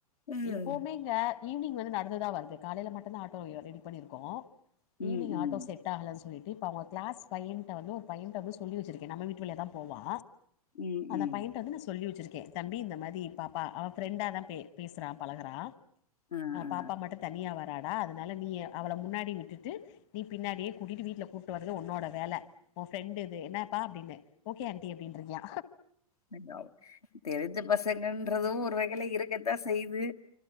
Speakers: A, on the left; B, on the left.
A: ம்,
B: இப்பவுமே க்க ஈவினி்ங் வந்து நடந்துதா வருது காலையில மட்டுதா ஆட்டோ ரெடி பண்ணிருக்கோ
A: ம்.
B: ஈவினிங் ஆட்டோ செட் ஆகல சொல்லிட்டு இப்ப அவுங்க கிளாஸ் பையன்ட்ட வந்து ஒரு பையட்ட வந்து சொல்லி வச்சிருக்கே நம்ம வீட்டு வழியா தா போவா
A: ம்,
B: அந்த
A: ம்.
B: பையன்ட்ட வந்து நா சொல்லி வச்சிருக்கே தம்பி இந்த மாரி பாப்பா அவன் ஃபிரெண்டா தா பேசுறா பழகுறா
A: அ, அ.
B: பாப்பா மட்டு தனியா வராடா அதுனால நீ அவளை முன்னாடி விட்டுட்டு நீ பின்னாடியே கூட்டிட்டு வீட்ல கூட் டு வரது உன்னோட வேல ஓ ஃபிரெண்ட் இது என்னப்பா அப்டின்ன ஓகே ஆன்டி அப்டின்ருக்கா
A: <unintelligible> தெரிஞ்ச பசங்கன்றது ஒரு வகைல இருக்கத்தா செய்து